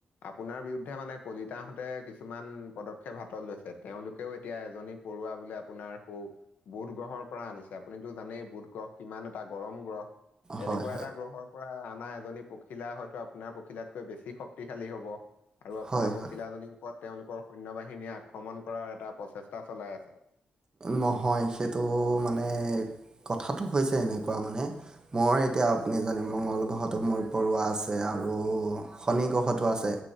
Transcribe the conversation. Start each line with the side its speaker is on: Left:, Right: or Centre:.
Left: আপোনাৰ বিৰু দ্ধে মানে কলিতাহঁতে কিছুমান পদক্ষেপ হাতত লৈছে তেওঁলোকেও এতিয়া এজনী পৰুৱা বোলে আপোনাৰ বু বুধ গ্ৰহৰ পৰা আনিছে আপুনিটো জানেই বুধ গ্ৰহ কিমান এটা গৰম গ্ৰহ তেনেকুৱা
Right: হয় হয়
Left: এটা গ্ৰহৰ পৰা আনা এজ জনী পখিলা হয়তো আপোনাৰ পখিলাতকৈ বেছি শক্তিশালী হ'ব আৰু আপোনাৰ
Right: হয়
Left: পখিলাজনীৰ
Right: হয়
Left: ওপৰত তেওঁলোকৰ সৈন্য বাহিনীয়ে আক্ৰমণ কৰাৰ এটা প্ৰচেষ্টা চলাই আছে।
Right: নহয় সেইটো মানে কথাটো হৈছে এনেকুৱা মানে মই এতিয়া আপুনি জানে মংগল গ্ৰহত মোৰ পৰুৱা আছে আ আৰু শনি গ্ৰহটো আছে।